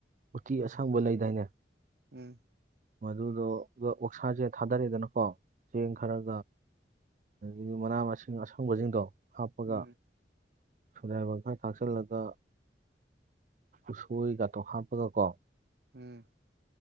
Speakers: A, on the right (about 45°); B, on the right (about 65°).
A: ꯎꯇꯤ ꯑꯁꯡꯕ ꯂꯩꯗꯥꯏꯅꯦ
B: ꯎꯝ
A: ꯃꯗꯨꯗꯣꯒ ꯑꯣꯛꯁꯥꯁꯦ ꯊꯥꯗꯔꯦꯗꯅꯀꯣ ꯆꯦꯡ ꯈꯔꯒ ꯑꯗꯒꯤ ꯃꯅꯥ ꯃꯁꯤꯡ ꯑꯁꯪꯕꯖꯤꯡꯗꯣ ꯍꯥꯞꯄꯒ
B: ꯎꯝ
A: ꯁꯣꯗꯥꯏꯕꯥꯏꯒꯝ ꯈꯔ ꯊꯥꯛꯆꯜꯂꯒ ꯎꯁꯣꯏꯒꯇꯣ ꯍꯥꯥꯞꯄꯒ ꯀꯣ
B: ꯎꯝ